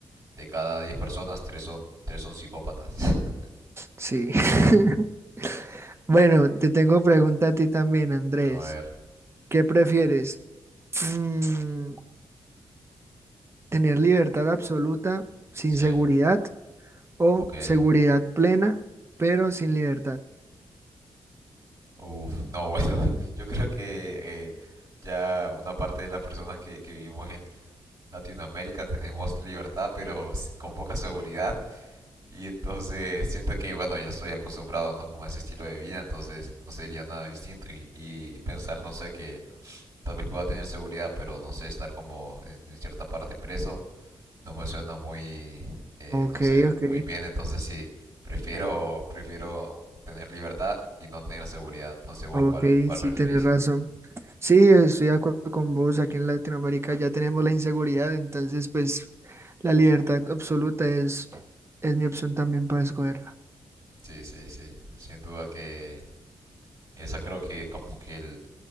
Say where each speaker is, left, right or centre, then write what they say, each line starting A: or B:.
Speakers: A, on the right; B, on the right.
A: De cada 10 personas, tres son, tres son psicópatas. <laughs>
B: Sí. <laughs> Bueno, te tengo pregunta a ti también, Andrés.
A: A ver,
B: ¿Qué prefieres? Mm, ¿tener libertad absoluta sin
A: sí,
B: seguridad o
A: ok.
B: seguridad plena pero sin libertad?
A: Uf, no, bueno, <laughs> yo creo que eh, ya una parte de las personas que, que vivimos en Latinoamérica tenemos libertad, pero s- con poca seguridad. Y entonces siento que, bueno, ya estoy acostumbrado, ¿no? Como a ese estilo de vida, entonces no sería nada distinto. Y, y pensar, no sé, que Tal vez pueda tener seguridad, pero no sé, estar como en en cierta parte preso no me suena muy, eh,
B: Ok,
A: no sé,
B: ok,
A: muy bien. Entonces sí, prefiero, prefiero tener libertad y no tener seguridad. No sé vos
B: ok,
A: cuál, cuál
B: sí
A: preferís.
B: tienes razón. Sí, estoy de acuerdo con vos. Aquí en Latinoamérica ya tenemos la inseguridad, entonces pues la libertad absoluta es, es mi opción también para escogerla.
A: Sí, sí, sí. Sin duda que esa creo que es como que el-